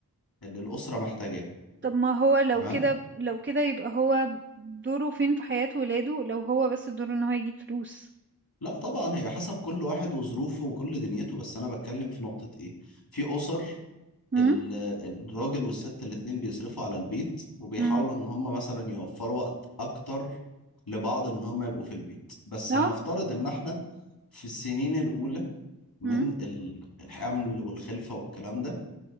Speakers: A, on the left; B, on the right.
A: اللي الأسرة محتاجاه
B: طب ما هو لو
A: تمام
B: كده لو كده يبقى هو دوره فين في حياة ولاده لو هو بس دوره ان هو يجيب فلوس
A: لا طبعا هي حسب كل واحد وظروفه وكل دنيته بس انا بتكلم في نقطة ايه في اسر
B: امم
A: ال- الراجل والست الاتنين بيصرفوا على البيت وبيحاولوا
B: امم
A: ان هم مثلا يوفروا وقت اكتر لبعض ان هم يبقوا في البيت بس
B: اه
A: هنفترض ان احنا في السنين الاولى من
B: امم
A: ال- الحمل والخلفة والكلام ده